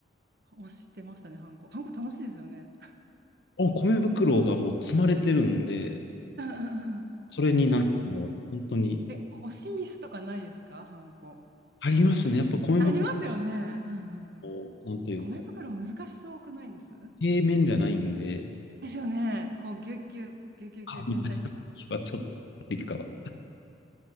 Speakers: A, on the right (about 55°); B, on the left (about 65°).
A: 押してましたね、ハンコ。ハンコ楽しいですよね。
B: あ、米袋がもう積まれてるんで、
A: うんうんうんうん。
B: それになんかもう、本当に、
A: え、押しミスとかないですかハンコ。
B: ありますね。やっぱ米袋
A: ありますよね。うんうんうん。
B: も、なんていうか、
A: 米袋難しそうくないです
B: 平面じゃないんで、
A: ですよね。こう、ぎゅっぎゅっ、ぎゅっぎゅっぎゅっ全体的に。
B: あみたいな気はちょっとありかは。